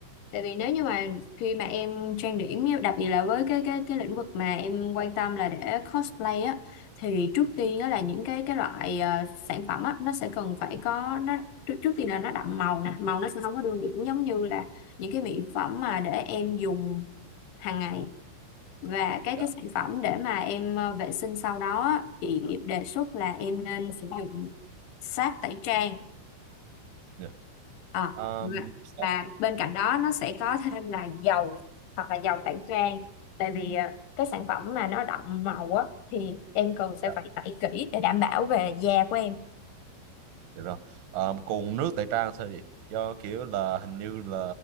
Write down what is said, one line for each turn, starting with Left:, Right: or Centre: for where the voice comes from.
Left: Tại vì nếu như mà khi mà em trang điểm á, đặc biệt là với cái cái cái lĩnh vực mà em quan tâm là để cosplay á thì trước tiên á là những cái cái loại ờ, sản phẩm á nó sẽ cần phải có nó trước, trước tiên là nó đậm màu nè màu nó sẽ không có đường biển giống như là những cái mỹ phẩm mà để em dùng hàng ngày và cái
Right: dạ
Left: cái sản phẩm để mà em ờ, vệ sinh sau đó á, thì đề xuất là em nên sử dụng sáp tẩy trang
Right: dạ
Left: à,
Right: um,
Left: và,
Right: sắp
Left: và bên cạnh đó nó sẽ có thêm là dầu hoặc là dầu tẩy trang tại vì à, cái sản phẩm mà nó đậm màu á thì em cần sẽ
Right: dạ
Left: phải tẩy kỹ để đảm bảo về da của em
Right: được rồi um, còn nước tẩy trang sao chị do kiểu là hình như là